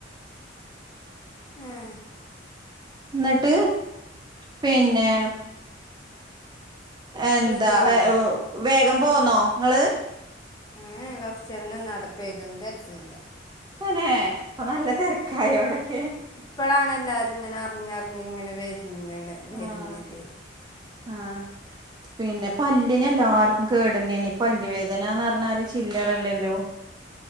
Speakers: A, on the left; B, on the right.
A: ഏഹ്
B: ന്നട്ട് പിന്നെ എന്താ
A: ക്ലീൻ ചെയ്തില്ല
B: ഏവോ വേഗം പോന്നോ ങ്ങള്
A: ഏ എ കൊറചേരം നിന്ന് അടെ പെരുന്തെരക്കിന്നലെ
B: തന്നെ അപ്പൊ നല്ല തെരക്കായോ ടെ
A: ഇപ്പളാണ് എല്ലാരും ഇങ്ങനെ അറിഞ്ഞറിഞ്ഞിങ്ങനെ വരുന്ന്ണ് വരുന്നതേ
B: ആഹ് ആഹ് പിന്നെ പല്ലിനെല്ലാർക്കും കേടെന്നേ ണെ പല്ല് വേദാന്നറഞ്ഞാല് ചില്ലറല്ലല്ലോ